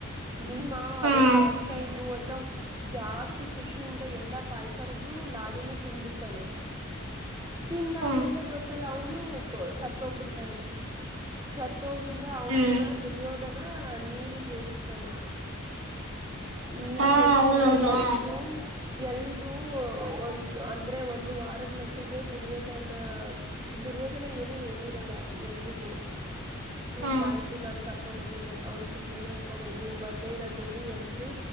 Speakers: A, on the right; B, on the right.
A: ಭೀಮಾ
B: ಹ್ಮ್
A: ಅರೇ ಪಾಯಸ ಇದು ಅಂತ ಜಾಸ್ತಿ ಖುಷಿಯಿಂದ ಎಲ್ಲಾ ಪಾಯಸ ಕುಡ್ದು ಲಾಡುನು ತಿನ್ಬಿಡ್ತಾನೆ ತಿಂದಾದ್ಮೇಲೆ
B: ಹ್ಮ್
A: ಗೊತ್ತಲ್ಲ ಅವನು ಸತ್ತೋಗ್ಬಿಡ್ತಾನೆ ಸತ್ತೋಗಿಂದ ಅವನ
B: ಹ್ಮ್
A: ದುರ್ಯೋಧನ ನೀರಿಗೆ ಎಸಿತಾನೆ ನೀರಿಗೆ
B: ಹಾ
A: ಎಸದಿಂದ
B: ಹೌದೌದು
A: ಎಲ್ರುೂ
B: ಹ
A: ಎಲ್ರೂ ಒ ಅಂದ್ರೆ ಒಂದ ವಾರದ ಮಟ್ಟಿಗೆ ದುರ್ಯೋಧನ ದುರ್ಯೋಧನ ಏನು ಹೇಳಿರಲ್ಲ ಎಲ್ರಿಗೂ ಹಿಂಗ
B: ಹಾ
A: ಆಯ್ತು ನಾನ್ ಕರ್ಕೊಂಡ್ ಹೋಗಿದ್ದೆ ಅಂತ ಅವನ್ ಮುಂದೇನೆ ಇರ್ತಾನೆ ಇವ್ನ್ ಬರ್ದೇ ಇರೋದ್ ನೋಡಿ ಎಲ್ರೂ